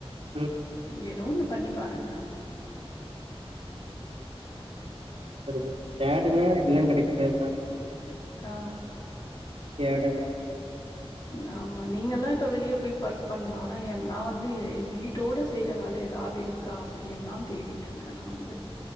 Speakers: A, on the right (about 70°); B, on the left (about 40°).
A: ம்
B: எதோ ஒன்னு பண்ணி பாருங்க
A: <inaudible> தேடுனா எல்லா கெடைக்குறதுதா
B: ஆ
A: தேடனு
B: நாமா நீங்கலா இப்ப வெளிய போய் பர்க் பண்லா ஆனா என் நா வந்து வீட்டோட செய்ற வேல எதாவது இருக் கா அப்டிந் தா தேடிட்ருக்கே நா வந்து